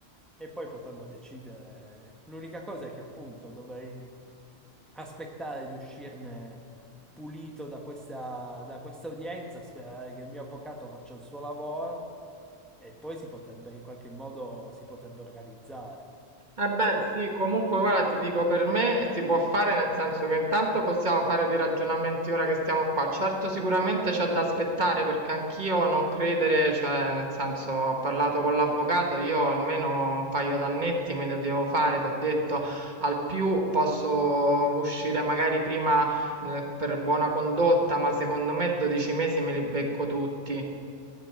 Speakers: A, in the centre; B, on the right (about 45°).
A: e poi potremmo decidere. L'unica cosa è che appunto dovrei aspettare di uscirne pulito da questa, da questa udienza, sperare che il mio avvocato faccia il suo lavoro e poi si potrebbe in qualche modo si potrebbe organizzare.
B: Eh beh, sì, comunque guarda, ti dico, per me si può fare nel senso che intanto possiamo fare dei ragionamenti ora che stiamo qua. Certo, sicuramente c'è da aspettare perché anch'io non credere, cioè nel senso ho parlato con l'avvocato, io almeno un paio d'annetti me li devo fare, ti ho detto, al più posso uscire magari prima eh, per buona condotta, ma secondo me 12 mesi me li becco tutti.